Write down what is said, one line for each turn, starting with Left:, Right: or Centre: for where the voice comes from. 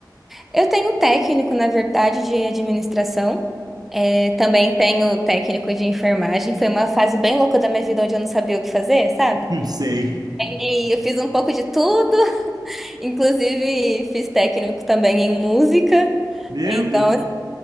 Centre: eu tenho um técnico, na verdade, de administração. É, também tenho técnico de enfermagem. Foi uma fase bem louca da minha vida onde eu não sabia o que fazer, sabe?
Right: Não sei.
Centre: E eu fiz um pouco de tudo, <laughs> inclusive fiz técnico também em música.
Right: Meu
Centre: Então,
Right: Deus.